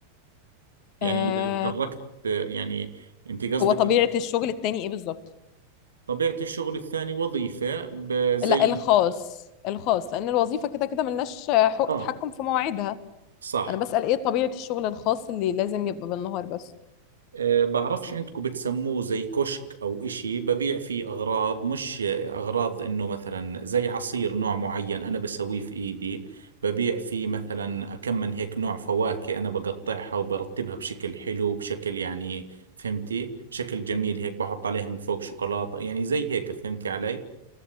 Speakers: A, on the right; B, on the left.
A: يعني
B: آه
A: اذا تركت يعني انت قصدك
B: هو طبيعة
A: إن
B: الشغل التاني ايه بالظبط
A: طبيعة الشغل الثاني وظيفة ب- زي
B: لا الخاص الخاص لان الوظيفة كده كده ملناش حق
A: اه
B: تحكم في مواعيدها
A: صح
B: انا بسأل ايه طبيعة الشغل الخاص اللي لازم يبقى بالنهار بس
A: أه بعرفش عندكم بتسموه زي كشك أو إشي ببيع فيه أغراض مش أغراض إنه مثلا زي عصير نوع معين أنا بسويه في إيدي ببيع فيه مثلا كم من هيك نوع فواكه أنا بقطعها وبرتبها بشكل حلو بشكل يعني فهمتي شكل جميل هيك بحط عليها من فوق شوكولاتة يعني زي هيك فهمتي علي